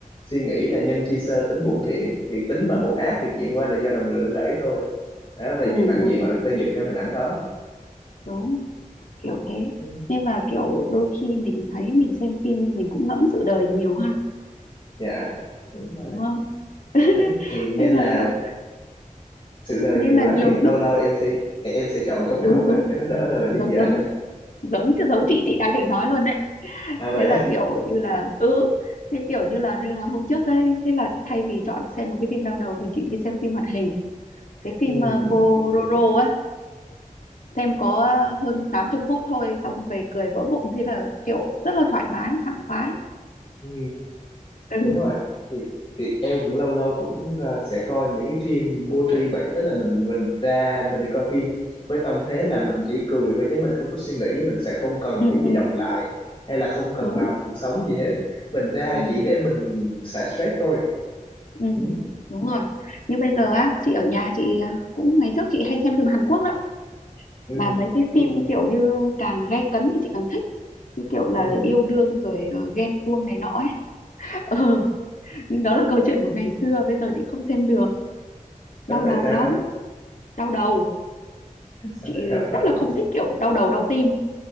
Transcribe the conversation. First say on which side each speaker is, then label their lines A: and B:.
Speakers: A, on the left (about 40°); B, on the left (about 65°).
A: suy nghĩ là nhân chi sơ tính bổn thiện thì tính mà bổn ác thì chuyện qua là do đồng lửa đẩy thôi đó và nhiều
B: ừ,
A: phản
B: ừ
A: diện họ được xây dựng theo hình ảnh đó
B: đúng kiểu thế
A: ừ.
B: nhưng mà kiểu đôi khi mình thấy mình xem phim nhưng mình cũng ngẫm sự đời nhiều ha
A: dạ đúng rồi
B: đúng không <laughs>
A: đấy thì nên
B: nên
A: là
B: là kiểu
A: sự đời
B: nên
A: nhiều
B: là
A: quá
B: nhiều
A: thì
B: lúc
A: lâu lâu em sẽ em sẽ chọn coi phim
B: đúng
A: hoạt
B: đúng
A: hình cho nó đỡ đời đi
B: giống
A: chị ạ
B: giống giống giống chứ giống chị chị đang định nói luôn đấy
A: à vậy
B: thế là
A: á
B: kiểu như là ừ thế kiểu như là nên là hôm trước đấy thế là thay vì chọn xem một cái phim đau đầu thì chị đi xem phim hoạt hình cái phim
A: ừ.
B: uh, Pororo ấy xem có hơn 80 phút thôi xong về cười vỡ bụng thế là kiểu rất là thoải mái sảng khoái
A: Ừ.
B: ừ
A: đúng rồi thì thì em cũng lâu lâu cũng ờ, sẽ coi những cái phim vô tri vậy tức là mình mình ra mình đi coi phim với tâm thế là mình chỉ cười thôi chứ mình không có suy nghĩ mình sẽ không cần
B: ừ
A: cái gì
B: ừ
A: đọc lại hay là không cần
B: đúng
A: bài học cuộc sống gì hết mình ra
B: ừ
A: chỉ để mình xả stress thôi
B: ừ
A: ừ
B: đúng rồi như bây giờ á chị ở nhà chị à, cũng ngày trước chị hay xem phim Hàn Quốc lắm
A: ừ
B: mà mấy cái phim Ừ. kiểu như càng gay cấn thì chị càng thích như kiểu là
A: ừ
B: yêu đương rồi ờ, ghen tuông này nọ ấy. <laughs> ừ. nhưng đó là câu chuyện của ngày xưa bây giờ chị không xem được
A: đó
B: đau
A: tại
B: đầu
A: sao
B: lắm đau đầu
A: sao
B: chị
A: lại đau
B: rất
A: đầu
B: là không thích kiểu đau đầu đau tim